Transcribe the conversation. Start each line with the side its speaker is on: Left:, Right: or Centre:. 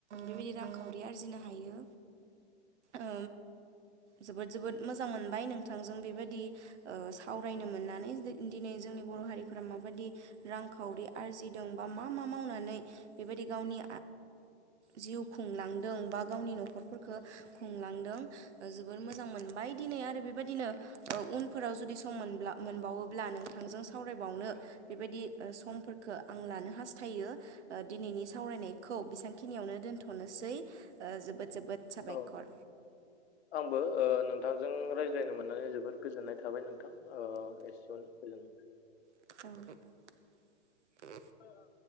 Right: बेबायदि रांखावरि आरजिनो हायो ओ जोबोद जोबोद मोजां मोनबाय नोंथांजों बेबायदि ओ सावरायनो मोननानै दिनै जोंनि बर' हारिफोरा माबाददि रांखावरि आरजिदों बा मा मा मावनानै बेबायदि गावनि जिउ खुंलांदों बा गावनि न'खरफोरखौ खुंलांदों जोबोर मोजां मोनबाय दिनै आरो बेबायदिनो उनफोराव जुदि सम मोनब्ला मोनबावोब्ला नोंथांजों सावरायबावनो बेबायदि समफोरखौ आं लनो हास थायो दिनैनि सावरायनायखौ बेसेबांखिनियावनो दोनथ'नोसै जोबोद जोबोद साबायखर
Left: औ आंबो ओ नों नोंथांजों रायज्लायनो मोननानै जोबोद गोजोननाय थाबाय नोंथां ओ एसेयावनो गोजोन
Right: ज <inaudible>
Left: औ अ